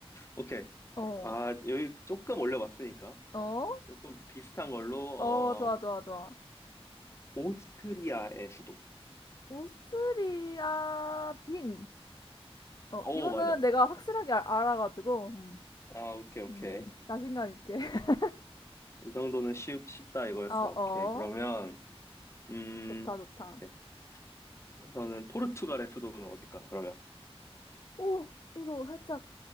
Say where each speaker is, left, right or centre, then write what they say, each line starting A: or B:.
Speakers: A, on the left (about 25°); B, on the left (about 40°).
A: 오케이.
B: 어,
A: 아, 여기 조금 올려봤으니까.
B: 어,
A: 조금 비슷한 걸로,
B: 어, 좋아,
A: 어,
B: 좋아, 좋아.
A: 오스트리아의 수도.
B: 오스트리아 빈. 어,
A: 오,
B: 이거는
A: 맞아.
B: 내가 확실하게 알, 알아가지고, 음,
A: 아, 오케이, 오케이.
B: 음, 자신감 있게. <laughs>
A: 이 정도는 쉽, 쉽다 이거였어.
B: 어,
A: 오케이.
B: 어.
A: 그러면, 음,
B: 좋다, 좋다.
A: 네. 우선은 포르투갈의 수도는 어딜까, 그러면?
B: 오, 이거 살짝